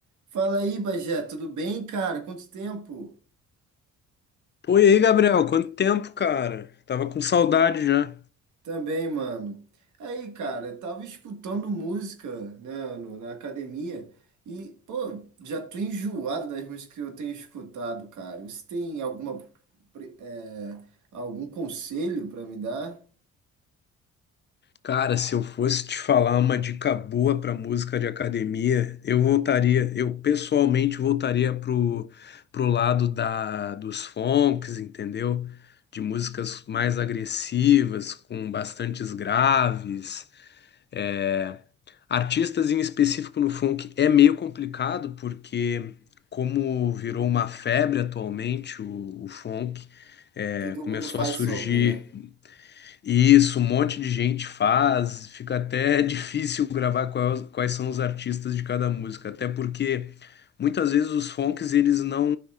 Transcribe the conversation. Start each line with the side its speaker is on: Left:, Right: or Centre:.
Right: Fala aí, Bagé, tudo bem, cara? Quanto tempo?
Left: Pô, e aí, Gabriel, quanto tempo, cara? Tava com saudade já.
Right: Também, mano. Aí, cara, eu tava escutando música, né, no- na academia e, pô, já tô enjoado das músicas que eu tenho escutado, cara. Você tem alguma, pre- é, algum conselho pra me dar?
Left: Cara, se eu fosse te falar uma dica boa pra música de academia, eu voltaria, eu pessoalmente voltaria pro, pro lado da, dos funks, entendeu? De músicas mais agressivas, com bastantes graves. é, Artistas em específico no funk é meio complicado porque, como virou uma febre atualmente, o, o funk é,
Right: Todo
Left: começou
Right: mundo faz
Left: a surgir
Right: sobre, né?
Left: isso, um monte de gente faz, fica até <laughs> difícil gravar quais, quais são os artistas de cada música, até porque muitas vezes os funks eles não